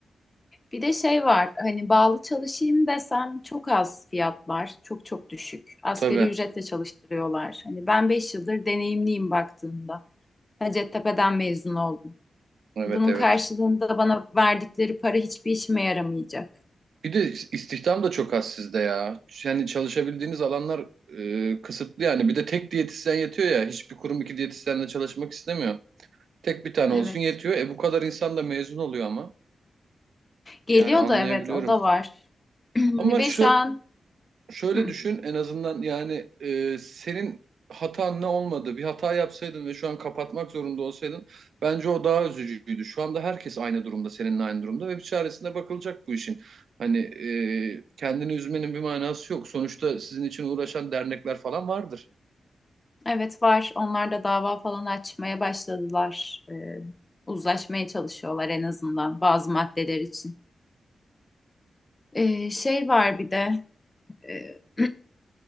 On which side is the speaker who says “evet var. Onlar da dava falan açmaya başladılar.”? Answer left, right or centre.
Left